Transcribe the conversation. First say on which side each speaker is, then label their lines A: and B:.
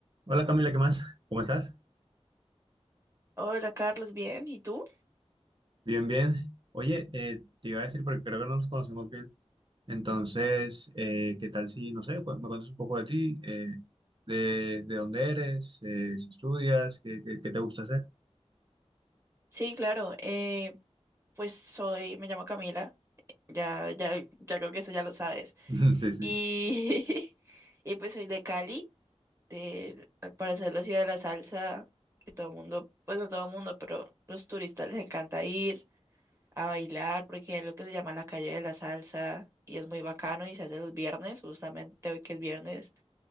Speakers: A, on the right (about 45°); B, on the right (about 25°).
A: Hola Camila, ¿qué más? ¿Cómo estás?
B: Hola Carlos, bien, ¿y tú?
A: Bien, bien. Oye, eh, te iba a decir, porque creo que no nos conocemos bien. Entonces, eh, ¿qué tal si, no sé, cu- me cuentas un poco de ti, eh, de, de dónde eres, eh, si estudias, qué, qué- qué te gusta hacer?
B: Sí, claro, eh, pues soy, me llamo Camila, ya, ya, ya creo que eso ya lo sabes.
A: <laughs> Sí, sí.
B: Y, <laughs> y pues soy de Cali, de, para ser la ciudad de la salsa, que todo el mundo, pues no todo el mundo, pero los turistas les encanta ir a bailar, porque es lo que se llama la calle de la salsa, y es muy bacano, y se hace los viernes, justamente hoy que es viernes.